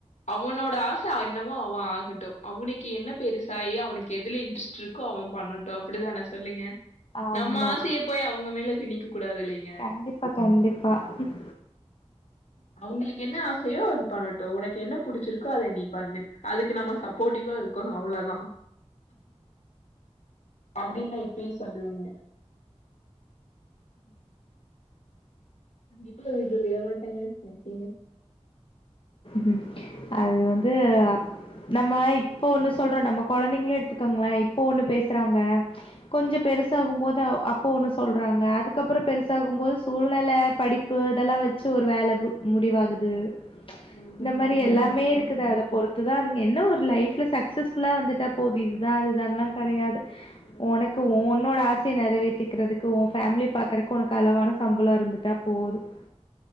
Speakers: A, on the left (about 85°); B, on the left (about 50°).
A: அவனோட ஆச என்ன மோ அவன் ஆகட்டும் அவனுக்கு என்ன பெருசாய் அவன் அவனுக்கு எதுல இன்ட்ரெஸ்ட் இருக்கோ அவன் பண்ணட்டும் அப்டிதான சொல்லுங்க
B: ஆமா
A: நம்ம ஆசை போய் அவங்க மேல தினிக்க கூடாது இல்லைங்க
B: கண்டிப்பா கண்டிப்பா ம்
A: அவுங்களுக் என்ன ஆசையோ அது பண்ணட்டும் உனக்கு என்ன புடிச்சிருக்கோ அதை நீ பண்ணு அதுக்கு நம்ம சப்போடிவா இருக் கனும் அவ்ளோ தான் அப்டின்னு இப்பயும் சொல்லுவீங்க <inaudible>
B: ம் அது வந்து நம்ம இப்ப ஒண்ணு சொல்றோம் நம்ம குழந்தைங்களும் எடுத்துக்கோங்களே இப்ப ஒண்ணு பேசுறாங்க கொஞ்சம் பெருசாகும் போது அப்போ ஒன்னு சொல்றாங்க அதுக்கப்பறம் பெருசாகும் போது சூழ்நிலை படிப்பு இதெல்லாம் வச்சு ஒரு வேல முடிவாகுது
A: ஆமாங்க
B: இந்த மாரி எல்லாமே
A: கண்டிப்பா
B: இருக்குது அத பொறுத் அதுதான் அதுங்க என்ன ஒரு லைப்ல சக்சஸ் ஃபுல்லா வந்துட்டா போகுது இதுதான் அதுதான்ல்லாம் கிடையாது
A: ம்
B: உனக்கு உன்னோட ஆச நிறைவேத்திக்கிறதுக்கு உ ஃபேமிலி பாக்குறக்கு உனக்கு அளவான சம்பளம் இருந்துட்டா போதும்